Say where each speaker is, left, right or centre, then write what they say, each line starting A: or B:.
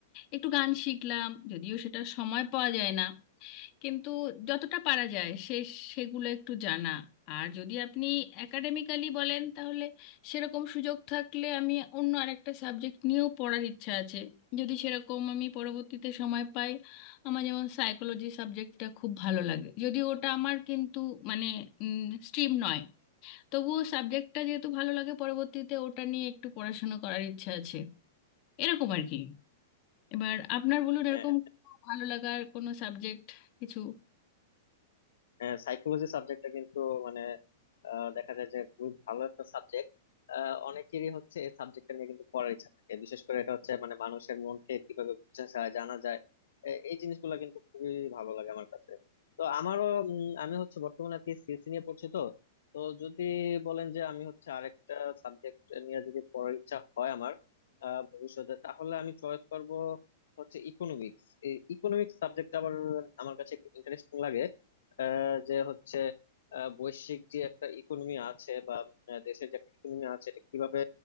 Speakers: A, on the left; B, on the left.
A: একটু গান শিখলাম যদিও সেটা সময় পাওয়া যায় না কিন্তু যতটা পারা যায় সে সেগুলো একটু জানা আর যদি আপনি একাডেমিক্যালি বলেন তাহলে সেরকম সুযোগ থাকলে আমি অন্য আরেকটা সাবজেক্ট নিয়েও পড়ার ইচ্ছা আছে যদি সেরকম আমি পরবর্তীতে সময় পাই আমার যেমন সাইকোলজি সাবজেক্টটা খুব ভালো লাগে যদিও ওটা আমার কিন্তু মানে স্ট্রিম নয় তবুও সাবজেক্টটা যেহেতু ভালো লাগে পরবর্তীতে ওটা নিয়ে একটু পড়াশোনা করার ইচ্ছা আছে এরকম আর কি এবার আপনার বলুন
B: হ্যাঁ
A: এরকম ভালো লাগার কোনো সাবজেক্ট কিছু
B: হ্যাঁ সাইকোলজি সাবজেক্টটা কিন্তু মানে আহ, দেখা যায় যে খুবই ভালো একটা সাবজেক্ট অনেকেরই হচ্ছে এই সাবজেক্টটা নিয়ে কিন্তু পড়ার ইচ্ছা থাকে বিশেষ করে এটা হচ্ছে মানে মানুষের মনকে কিভাবে বোঝা যায় জানা যায় এ- এই জিনিসগুলো কিন্তু খুবই ভালো লাগে আমার কাছে তো আমারও উম, আমি হচ্ছে বর্তমানে আর কি সিএসসি নিয়ে পড়ছি তো তো যদি বলেন যে আমি হচ্ছে আরেকটা সাবজেক্ট নিয়ে যদি পড়ার ইচ্ছা হয় আমার আহ, ভবিষ্যতে তাহলে আমি চয়েস করব হচ্ছে ইকোনমিক্স এই ইকোনমিক্স সাবজেক্ট আবার আমার কাছে একটু ইন্টারেস্টিং লাগে যে হচ্ছে আহ, বৈশ্বিক যে একটা ইকোনমি আছে বা আহ, দেশের যে একটা ইকোনমি আছে এটা কিভাবে